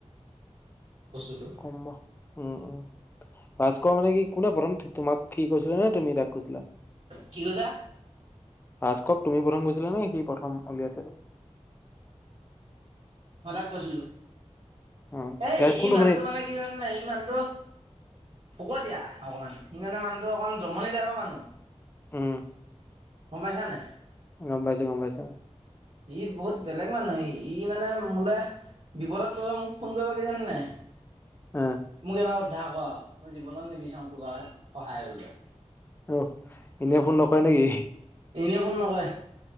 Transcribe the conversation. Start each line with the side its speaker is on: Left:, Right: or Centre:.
Right: বস্তুটো
Left: কম উম উম,, ভাস ক মানে কি কোনে পঢ়ম তোমাক কি কৈছিলা নে তুমি তাক কৈছিলা
Right: কি কৈছা
Left: ভাস কক তুমি প্ৰথম কৈছিলা নে সি প্ৰথম উলিয়াইছিল,
Right: সদাক কৈছিলোঁ
Left: অ
Right: এ
Left: ইয়াত কোনটো
Right: ইমানটো মানে কি জান নাই ইমানুটো হব দিয়া, অকণমান স মানে মুহটো অকণমান জমনি যাই মানে, অ
Left: উম
Right: মম পাইছা নাই?
Left: গম পাইছো গম পাইছো,
Right: ই বহুত বেলেগ মানুহে ই কি মানে মোলৈ বিপদত পৰিব মোক ফোন কৰিবগৈ নাই --
Left: অ
Right: মোক এবাৰ -- সধা ক আৰু মই জীৱনত নিবিচাৰোঁ তোক আৰু সহায়লৈ
Left: আহ, এনেই ফোন নকৰে নেকি?
Right: এনেই ফোন নকৰে।